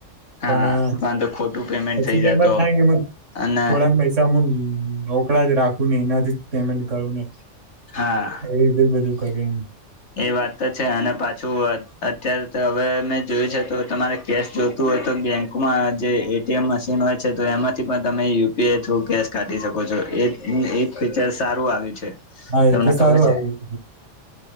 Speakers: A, on the left; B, on the right.
A: હા
B: પણ
A: પરંતુ ખોટું પેમેન્ટ થઈ
B: પછી
A: જાય
B: એમાં
A: તો
B: જ થાય
A: અને
B: થોડાક પૈસા કડા જ રાખું ને એનાથી પેમેન્ટ કરવું ને
A: હા
B: એવી રીતે જ બધું કર એ
A: એ વાત તો છે અને પાછું અત્યારે તો હવે મેં જોયું છે તો તમારે કેશ જોતું હોય તો બેંકમાં જે એટીએમ મશીન હોય છે તો એમાંથી પણ તમે યુપીઆઈ થ્રુ કેશ કાઢી શકો છો એક એક ફીચર સારું આવ્યું છે
B: હા
A: તમને
B: એ તો સારું
A: ખબર
B: આવ્યું
A: છે